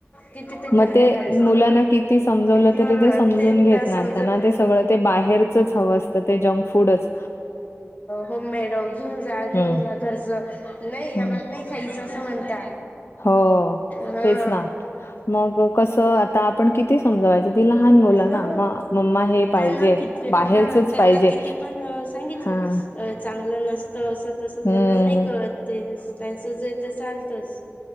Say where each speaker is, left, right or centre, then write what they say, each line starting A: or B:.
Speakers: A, on the left; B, on the left.
A: किती
B: मग
A: कॅनडा
B: ते
A: असते
B: मुलांना किती समजवलं
A: हा
B: तरी ते समजून घेत
A: तर
B: नाही
A: समजत
B: त्यांना ते सगळं ते बाहेर चंच हावं असतं ते जंकफूडच.
A: होम मेड घेऊन जा घेऊन
B: हम्म,
A: जा घरचं नाही आम्हाला
B: हम्म.
A: नाही खायचं आसं म्हणता.
B: हो,
A: हा
B: तेच ना. मग कसं आता आपण किती समजवायचं ती लहान मुलं
A: हा
B: ना, मग मम्मा हे पाहिजे,
A: त्यांना किती
B: बाहेरचंच
A: हा त्यांना
B: पाहिजे.
A: किती पण सांगितलं
B: हां,
A: अ चांगलं नसतं असं तस
B: हं,
A: त्यांना नाही कळत ते, त्यांचं जे ते चालतच.